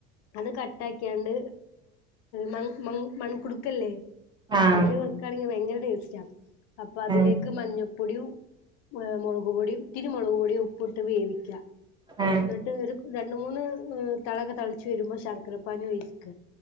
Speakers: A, on the left; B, on the right.
A: അത് കട്ട ആക്കിയാണ്ട് മങ് മൺ മൺകുടുക്കല്ലേ
B: ആഹ്
A: അതില് വെക്കാണെങ്കി ഭയങ്കര ടേസ്റ്റാ അപ്പ അതിലേക്ക്
B: ആഹ്
A: മഞ്ഞ പ്പൊടിയും മൊളക് പൊടിയും ഇത്തിരി മൊളക് പൊടിയും ഉപ്പം ഇട്ട് വേവിക്ക
B: ഉം
A: എന്നിട്ട് ഒരു രണ്ട് മൂന്ന് തെളക്കെ തെളച്ച് വരുമ്പോ ശർക്കര പാനി ഒഴിക്ക